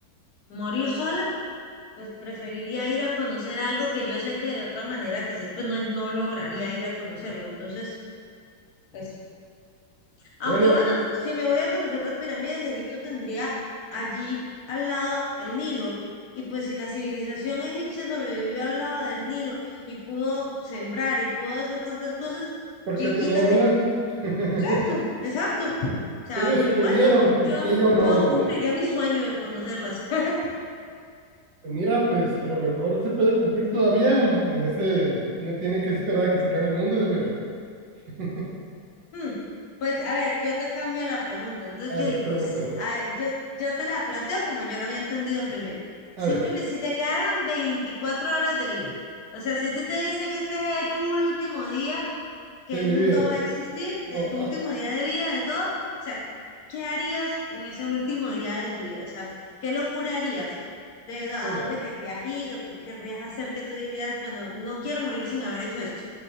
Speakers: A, on the left; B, on the right.
A: morir sola, pues preferiría ir a conocer algo que yo sé que de otra manera quizás pues no, no lograría ir a conocerlo. Entonces, Eso. Aunque
B: Bueno,
A: bueno, si me voy a conocer las pirámides de Egipto, tendría allí al lado el Nilo. Y pues si la civilización egipcia sobrevivió al lado del Nilo y pudo sembrar y pudo hacer tantas cosas,
B: ¿por
A: ¿quién
B: qué tú
A: quita
B: no, verdad?
A: que pues,
B: <laughs>
A: exacto, exacto. O sea,
B: Si Ellos
A: pero
B: pudieron,
A: igual
B: ¿por
A: yo, yo,
B: qué yo no,
A: yo
B: Dios?
A: cumpliría
B: Mira,
A: mi sueño de conocerlas. <laughs>
B: mira, pues a lo mejor se puede cumplir todavía. En ese, no tiene que esperar a que se acabe el mundo, Dios, mira. <laughs>
A: Mm, Pues a ver, yo te cambio la pregunta. Entonces
B: A
A: yo
B: ver,
A: digo,
B: pregúntame.
A: s- a ver, yo, yo te la planteo como yo la había entendido primero.
B: A
A: Si,
B: ver.
A: me- si te quedaran 24 horas de vida, o sea, si a ti te dicen este es el último día que
B: de
A: el
B: mi
A: mundo
B: vida.
A: va a existir, de
B: Oh,
A: tu
B: ah,
A: último día de vida, de todo, o sea, ¿qué harías en ese último día de tu vida? O sea, ¿qué locura harías? ¿De dó- a
B: bueno,
A: dónde querrías ir o qué querrías hacer que tú dirías, bueno, no quiero morir sin haber hecho esto?